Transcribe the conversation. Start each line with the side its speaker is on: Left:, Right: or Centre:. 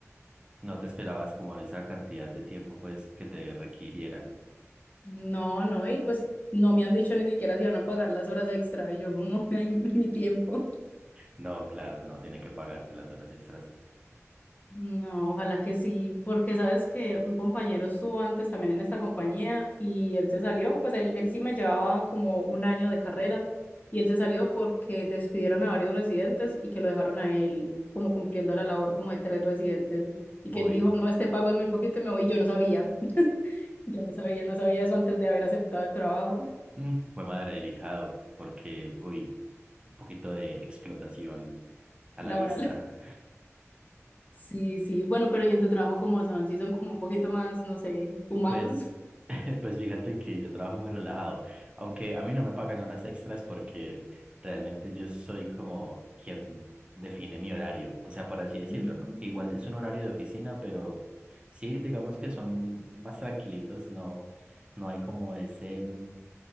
Right: No te esperabas como esa cantidad de tiempo pues que te requirieran.
Left: No, no, y pues no me han dicho ni siquiera si van a pagar las horas extra y yo como, <laughs> ay, mi tiempo.
Right: No, claro, no tiene que pagarte las horas extras.
Left: No, ojalá que sí, porque sabes que un compañero estuvo antes también en esta compañía y él se salió, pues él, él sí me llevaba como un año de carrera y él se salió porque despidieron a varios residentes y que lo dejaron a él como cumpliendo la labor como de tres residentes y
Right: Uy,
Left: que él dijo, no, este pago es muy poquito y me voy, y yo no sabía, <laughs> yo no sabía, no sabía eso antes de haber aceptado el trabajo <laughs>
Right: mm, fue madre delicado, porque, uy, un poquito de explotación a
Left: laboral.
Right: la vista.
Left: Sí, sí. Bueno, pero ¿y en tu trabajo cómo son? Sí, son como un poquito más, no sé, humanos.
Right: Pues, <laughs> pues fíjate que yo trabajo muy relajado, aunque a mí no me pagan horas extras porque realmente yo soy como quien define mi horario, o sea, por así decirlo,
Left: Mm.
Right: ¿no? Que igual es un horario de oficina, pero sí, digamos que son más tranquilitos, no, no hay como ese... mm,